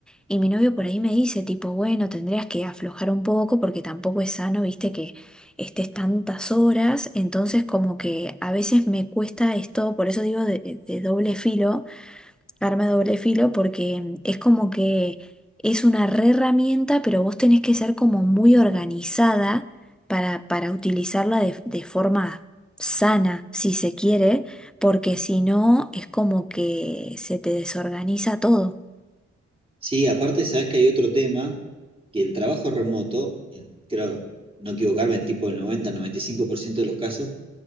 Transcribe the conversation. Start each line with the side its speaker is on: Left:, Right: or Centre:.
Centre: y mi novio por ahí me dice tipo, bueno, tendrías que aflojar un poco porque tampoco es sano, viste, que estés tantas horas, entonces como que a veces me cuesta esto, por eso digo de de doble filo arma de doble filo porque mm, es como que es una re herramienta, pero vos tenés que ser como muy organizada para, para utilizarla de, de forma sana, si se quiere, porque si no es como que se te desorganiza todo.
Right: Sí, aparte sabes que hay otro tema, que el trabajo remoto, en- creo no equivocarme, tipo el 90, 95% de los casos,